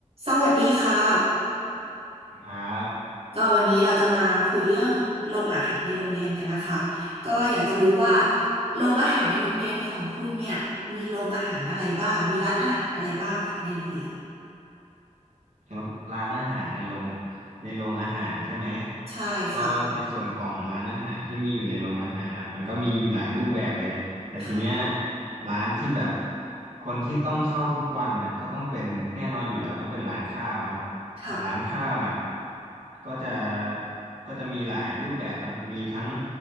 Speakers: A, on the right; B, on the right.
A: สวัสดีค่ะ
B: ครับ
A: ก็วันนี้เราจะมาคุยเรื่องโรงอาหารในโรงเรียนกันนะคะก็อยากจะรู้ว่าโรงอาหารในโรงเรียนของคุณเนี่ยมีโรงอาหารอะไรบ้างมีร้านอาหารอะไรบ้างคะในโรงเรียน
B: แล้วร้านอาหารในโรงในโรงอาหารใช่ไหม
A: ใช่ค่ะ
B: ก็ในส่วนของร้านอาหารที่มีอยู่ในโรงอาหารนะมันก็มีอยู่หลายรูปแบบเลยแต่ทีเนี้ย
A: ค่ะ
B: ร้านที่แบบคนที่ต้องเข้าทุกวันน่ะก็ต้องเป็นแน่นอนอยู่แล้วต้องเป็นร้านข้าวเนาะแต่ร้านข้าวน่ะ
A: ค่ะ
B: ก็จะก็จะมีหลายรูปแบบเนาะมีทั้ง